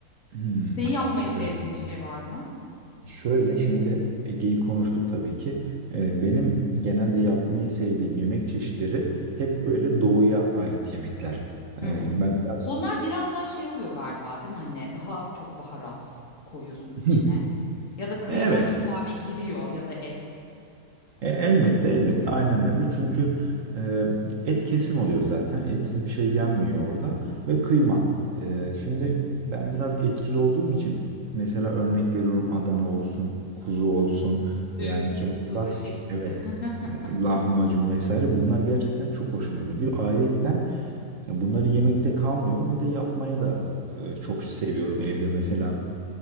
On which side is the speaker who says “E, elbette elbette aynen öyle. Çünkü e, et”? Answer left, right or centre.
Right